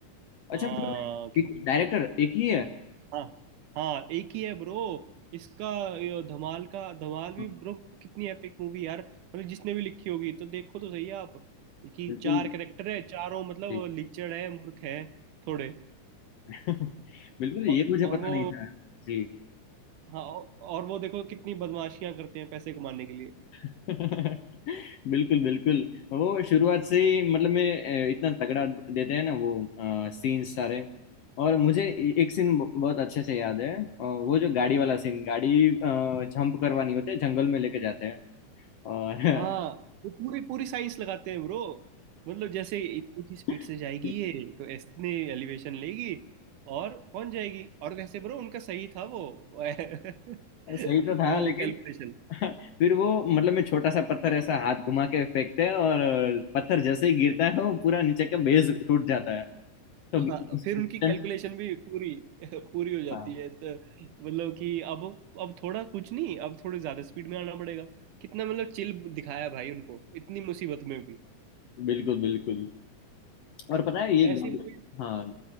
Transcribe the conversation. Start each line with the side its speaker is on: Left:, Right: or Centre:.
Left: अच्छा
Right: क्या
Left: मतलब एक
Right: बोलते
Left: डायरेक्टर
Right: हैं
Left: एक ही है
Right: हाँ हाँ एक ही है ब्रो इसका ये धमाल का धमाल भी
Left: हाँ,
Right: ब्रो कितनी एपिक मूवी यार मतलब जिसने भी लिखी होगी तो देखो तो सही आप कि
Left: बिल्कुल
Right: चार कैरेक्टर है चारों मतलब
Left: जी
Right: लिचड़ है मूर्ख है थोड़े
Left: <laughs> बिल्कुल ये
Right: औ-
Left: मुझे
Right: और
Left: पता
Right: वो
Left: नहीं था जी
Right: हाँ औ- और वो देखो कितनी बदमाशियां करते हैं पैसे कमाने के लिए
Left: <laughs> बिल्कुल बिल्कुल वो शुरुआत से ही मतलब मैं अ, इतना तगड़ा देते हैं ना वो सीन सारे और मुझे ए- एक सीन बहुत अच्छे से याद है अ, वो जो गाड़ी वाला सीन गाड़ी जंप करवानी होती है जंगल में लेके जाते हैं और
Right: हाँ वो पूरी पूरी साइंस लगाते हैं ब्रो मतलब जैसे इतनी की स्पीड
Left: <laughs>
Right: से जाएगी ये तो इतने एलिवेशन लेगी और पहुंच जाएगी और वैसे ब्रो उनका सही था वो <laughs>
Left: सही तो था
Right: वो
Left: लेकिन
Right: कैलकुलेशन
Left: <laughs> फिर वो मतलब मैं छोटा सा पत्थर ऐसा हाथ घुमा के फेंकते हैं और अ, पत्थर जैसे ही गिरता है वो पूरा नीचे का बेस टूट जाता है तो
Right: हाँ फिर उनकी कैलकुलेशन
Left: <laughs>
Right: भी पूरी <laughs> पूरी हो जाती
Left: हाँ
Right: है तो मतलब कि अब अब थोड़ा कुछ नहीं अब थोड़े ज्यादा स्पीड में आना पड़ेगा कितना मतलब चिल दिखाया भाई उनको इतनी मुसीबत में भी
Left: बिल्कुल बिल्कुल और पता है ये
Right: ऐसी
Left: गाड़ी
Right: मूवी
Left: हाँ